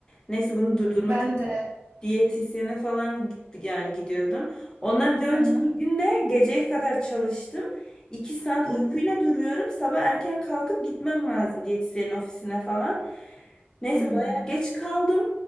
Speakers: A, on the left; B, on the right.
A: Neyse bunu durdurmak
B: ben de
A: diyetisyene falan gitti, yani gidiyordum. Ondan bir önceki
B: hı hı
A: günde geceye kadar çalıştım. İki saat
B: hı hı.
A: uykuyla duruyorum. Sabah erken kalkıp gitmem lazım diyetisyenin ofisine falan. Neyse
B: hı.
A: bayağı geç kaldım.